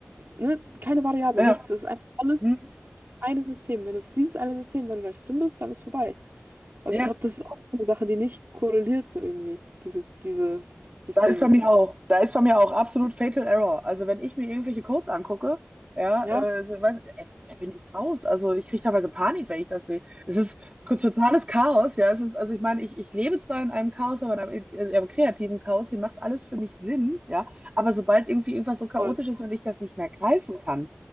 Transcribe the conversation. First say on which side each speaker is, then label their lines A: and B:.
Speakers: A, on the right (about 50°); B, on the right (about 30°).
A: ne, keine Variable,
B: Ja.
A: nichts. Es ist einfach alles
B: Mhm.
A: dieses eine System. Wenn du dieses eine System, wenn du da nicht drin bist, dann ist vorbei. Also
B: Ja,
A: ich glaube, das ist auch so eine Sache, die nicht korreliert so irgendwie, diese, diese Systeme.
B: da ist bei mir auch. Da ist bei mir auch absolut Fatal Error. Also wenn ich mir irgendwelche Codes angucke, ja,
A: Ja,
B: äh, so, weiß, äh, da bin ich raus. Also ich kriege teilweise Panik, wenn ich das sehe. Es ist totales Chaos, ja. Es ist, also ich meine, ich, ich lebe zwar in einem Chaos, aber in einem, äh, einem kreativen Chaos, hier macht alles für mich Sinn, ja. Aber sobald irgendwie irgendwas so chaotisch
A: voll.
B: ist und ich das nicht mehr greifen kann,